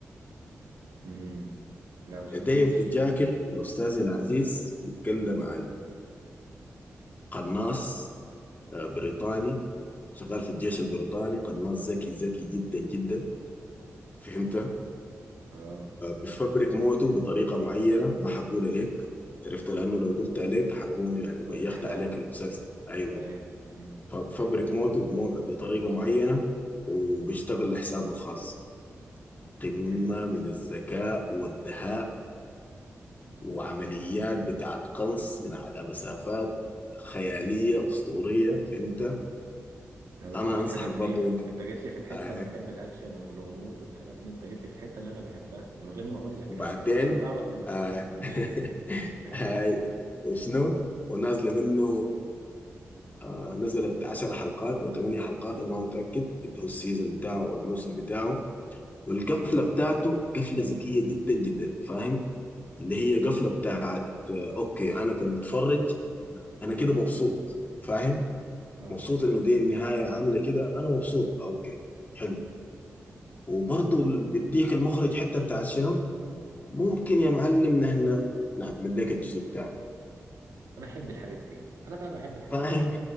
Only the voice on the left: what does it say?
ديف ذا جاكل يا أستاذي العزيز بيتكلم
عن قناص آه، بريطاني شغال في الجيش البريطاني قناص ذكي ذكي جدا جدا فهمت
بفبرك موته بطريقة معينة ما حقول لك عرفت لأنه لو قلت عليك حكون يعني بيخت
عليك المسلسل أيوه
فبفبرك موته بمو... بطريقة معينة وبيشتغل لحسابه الخاص قمة
من الذكاء والدهاء وعمليات بتاعت قنص من على مسافات خيالية أسطورية فهمت
أنا
أنصحك
برضو إنك
آه.
وبعدين
آه.
<laughs>
هاي وشنو ونازلة منه آه نزلت 10 حلقات أو 8 حلقات أنا ما متأكد اللي هو السيزون بتاعه والموسم بتاعه والقفلة بتاعته قفلة ذكية جدا جدا فاهم اللي
هي قفلة بتاعت آه أوكي أنا كمتفرج أنا كده مبسوط فاهم
مبسوط انه دي النهايه عامله كده انا مبسوط اوكي حلو وبرضه
بيديك المخرج حتى بتاعت شنو ممكن يا معلم نحن نعمل لك الجزء الثاني
فاهم